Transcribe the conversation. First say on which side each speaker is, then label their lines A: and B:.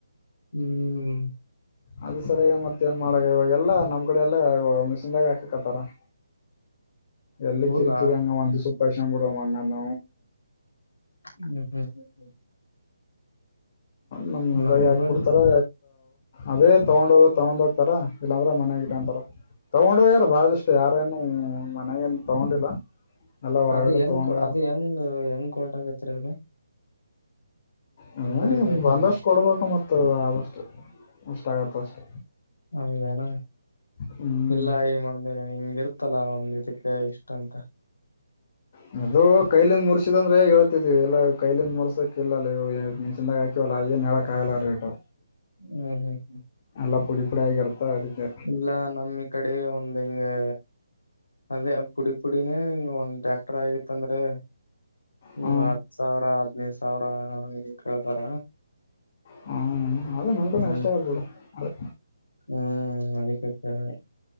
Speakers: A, on the left; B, on the left.
A: ಹ್ಮ್
B: ಅದ ಸರಿಯಗ ಮತ್ತತ್ ಏನ್ ಮಾಡಾಕ್ ಇವಾಗ ಎಲ್ಲಾ ನಮ್ ಕಡೆ ಎಲ್ಲ ಮಶದಾಗ ಹಾಕಕ್ತ್ತಾರ ಎಲ್ಲಕ್ಕೆ
A: ಹೌದಾ
B: ಇಕ್ರಿ ಅಂಗ ಒಂದು ಸುುತ್ತಾರಷ ಕಡ ಅಂಗಲ್ಲ
A: ಹ್ಮ್ ಹ್ಮ್ ಹ್ಮ ಹ್ಮ
B: ನಮ್ಮ ಮುಂದೇನೆ
A: ನಮ್ಮಲ್ಲಿ
B: ಹಾಕಿಬಿಡುತ್ತಾರೆ ಅದೇ ತಗೊಂಡೋದ ತಗೊಂಡ್ ಹೋಗ್ತಾರ ಇಲ್ಲಾಂದ್ರ ಮನ್ಯಾಗ ಇಟ್ಟಂತಾರ ತಗೊಂಡೋಗ್ಯಾರು ಬಳಷ್ಟು ಯಾರೇನು ಮನೆಗೇನ್ ತಗೊಂಡಿಲ್ಲ ಎಲ್ಲ ಹೊರಗಡೆ
A: ಅದ ಹೆಂಗ್
B: ತಗೊಂಡ
A: ಅದು ಹೆಂಗ್ ಹೆಂಗ್ ಹೊಂಟಗತ್ರಿ ಅದ
B: ಹ
A: ಕಡೆ ರೇಟ್
B: ಬಂದಷ್ಟು
A: ಹೆಂಗ
B: ಕೊಡ್ಬೇಕ ಮತ್ತ ಆದಷ್ಟು ಇಷ್ಟ ಆಗತ್ತ ಅಷ್ಟೆ
A: ಹೌದೇನ
B: ಹ್ಮ್
A: ಇಲ್ಲ ಈ ಮಂದಿ ಹಿಂಗ ಇರ್ತಲ್ಲ ಒಂದ್ ಇದಕ್ಕೆ ಇಷ್ಟ ಅಂತ
B: ಹ ಅದು ಕೈಲಿಂದ ಮುರ್ಸಿದ ಅಂದ್ರೆ ಹೇ ಹೇಳ್ತಿದ್ವಿ ಎಲ್ಲಾ ಕೈಲಿಂದ ಮುರ್ಸಕ ಇಲ್ಲ ಅ ನೀ ಚಂದಾಗಾಕಿ ಕಲಾಗಿ ನಳ ಕಾಗಲ ರೇಟು
A: ಹ್ಮ್ ಹ್ಮ್ ಹ್ಮ್
B: ನಲ್ಲಾ ಪುಡಿ ಪುಡಿ ಆಗರದ ಅದಕ್ಕೆ
A: ಇಲ್ಲ ನಮ್ ಕಡೆ ಒಂದು ಇಂಗೆ ಅದೇ ಪುಡಿ ಪುಡಿನೇ ಒಂದ್ ಟ್ಯಾಕ್ಟರ್ ಆಗಿತ್ತಂದ್ರೆ ಹ್ಮ
B: ಹಾ
A: ಹತ್ ಸಾವಿರ ಹದ್ನೈದು ಸಾವಿರ ಕೇಳ್ತಾರ
B: ಹಾ ಅದೇ ನನ್ಕೊಂಡು
A: ಹ್ಮ್
B: ಅಷ್ಟ ಆಗ್ಬಿಡು ಅದೇ
A: ಹ್ಮ್ ಅದಕ್ಕೆ ಹೇಳಿದೆ